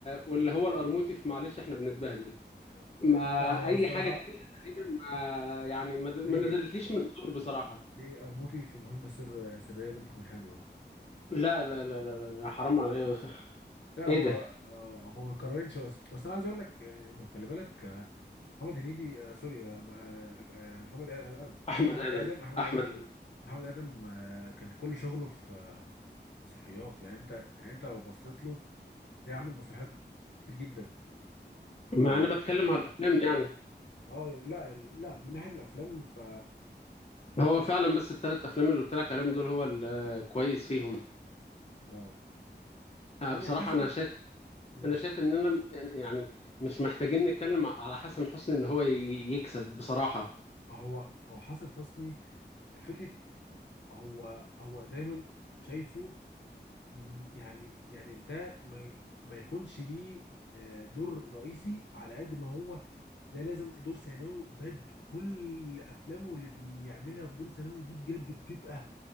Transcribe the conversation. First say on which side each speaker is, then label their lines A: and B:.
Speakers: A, on the left; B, on the left.
A: واللي هو القرموطي في معلش إحنا بنتبهدل
B: <laughs> لا
A: ما
B: لا، هو
A: أي
B: الصراحه
A: حاجة تانية تقريبا ما يعني ما ما
B: ليه
A: نزلتليش من الدور بصراحة
B: ليه قرموطي في مهمه سر سريه برضه كان حلو
A: لا لا لا لا لا حرام عليا
B: لا
A: إيه
B: هو
A: ده
B: آه هو ما يتكررش بس بس انا عايز اقول لك آه، خلي بالك آه، محمد هنيدي آه سوري آه آه، آه، محمد آه، آه،
A: أحمد
B: محمد
A: آدم
B: ادم احمد
A: أحمد
B: ادم
A: آدم
B: محمد آدم آه، كان كل شغله في آه، مسرحيات يعني انت يعني انت لو بصيت له تلاقيه عامل مسرحيات كتير جدا ف
A: ما أنا بتكلم على الأفلام يعني
B: اه لا لا من ناحية الافلام ف
A: هو فعلا بس الثلاث افلام اللي قلت لك عليهم دول هو الكويس فيهم
B: اه
A: آه،
B: يعني
A: بصراحه
B: حسن
A: انا شايف
B: ماشي
A: انا شايف اننا م- يعني مش محتاجين نتكلم ع- على حسن حسني ان هو ي- يكسب بصراحه
B: هو هو حسن حسني فكرة هو هو دايما شايفه م- يعني يعني ده ما ي- ما يكونش ليه آه، دور رئيسي على قد ما هو ده لازم دور ثانوي وبجد كل افلامه اللي بيعملها بدور ثانوي دي بجد بتبقى